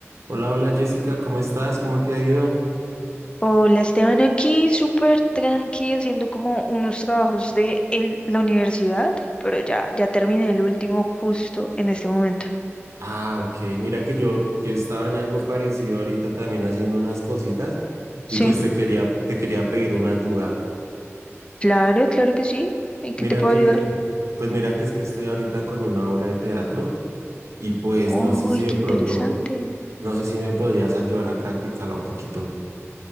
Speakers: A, on the right; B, on the left.
A: Hola, hola Jessica, ¿cómo estás? ¿Cómo te ha ido?
B: Hola Esteban, aquí súper tranqui haciendo como unos trabajos de el- la universidad, pero ya, ya terminé el último justo en este momento.
A: Ah, ok, mira que yo, yo estaba en algo parecido ahorita también haciendo unas cositas
B: Sí,
A: y pues te quería, te quería pedir una ayuda.
B: claro, claro que sí. ¿En qué
A: Mira
B: te puedo
A: que,
B: ayudar?
A: pues mira que es que estoy ahorita con una obra de teatro y pues
B: ¡Ay,
A: no sé si
B: qué
A: de pronto,
B: interesante!
A: no sé si me podrías ayudar a practicarla un poquito.